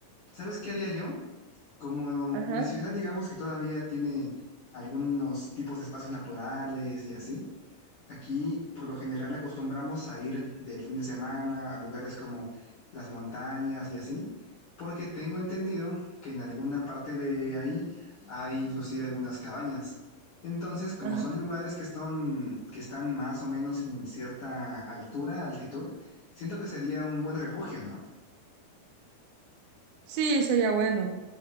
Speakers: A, on the left (about 60°); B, on the right (about 80°).
A: ¿Sabes qué haría yo? Como
B: Ajá.
A: mi ciudad, digamos que todavía tiene algunos tipos de espacios naturales y así. Aquí por lo general acostumbramos a ir del fin de semana a lugares como las montañas y así, porque tengo entendido que en alguna parte de ahí hay inclusive algunas cabañas. Entonces, como
B: Ajá.
A: son lugares que están, que están más o menos en cierta altura, altitud, siento que sería un buen refugio, ¿no?
B: Sí, sería bueno.